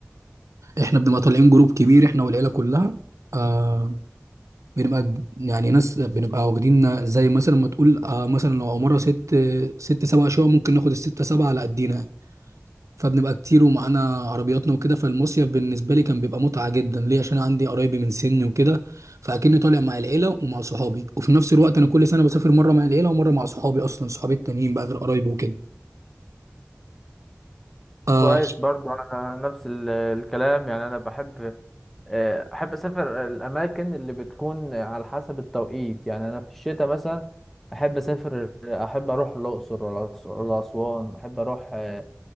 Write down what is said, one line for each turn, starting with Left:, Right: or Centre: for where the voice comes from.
Right: احنا بنبقى طالعين جروب كبير احنا والعيله كلها آه بنبقى ج- يعني ناس بنبقى واخدين زي مثلا ما تقول آه مثلا لو مره ست ست سبع شقق ممكن ناخد الستة سبعة على قدينا فبنبقى كتير ومعانا عربياتنا وكده فالمصيف بالنسبة لي كان بيبقى متعة جدا ليه عشان أنا عندي قرايبي من سني وكده فأكني طالع مع العيلة ومع صحابي وفي نفس الوقت أنا كل سنة بسافر مرة مع العيلة ومرة مع صحابي أصلا صحابي التانيين بقى غير قرايبي وكده آه
Centre: كويس برضو انا نفس ال- الكلام يعني انا بحب آه، احب اسافر الاماكن اللي بتكون على حسب التوقيت يعني انا في الشتاء مثلا احب اسافر احب اروح الاقصر ولا أس- ولا اسوان احب اروح آه،